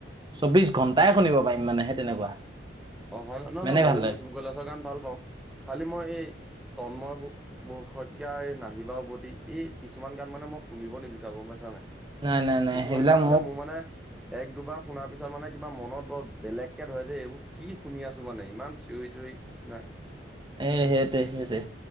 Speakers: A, on the right; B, in the centre.
A: চৌবিশ ঘন্টা এটাই শুনিব পাৰিম মানে সেই তেনেকুৱা।
B: অ হয় ন নহয়
A: ইমানেই
B: নহ ময়ও
A: ভাল লাগে
B: কুসুম কৈলাশৰ গান ভাল পাওঁ। খালি মই এই তন্ময় শইকীয়া এই নাহিবা উভতি এই কিছুমান গান মানে মই শুনিব নিবিচাৰো গম পাইছা নাই
A: নাই নাই নাই
B: কিছুমান
A: সেইবিলাক
B: কাৰণ আছে মোৰ মানে এক দুবাৰ শুনাৰ পিছত মানে কিবা মনত বৰ বেলেগকে ধৰে যে এইবোৰ কি শুনি আছো মানে ইমান চিঞৰি চিঞৰি নাই।
A: এ সেইটোৱে সেইটোৱে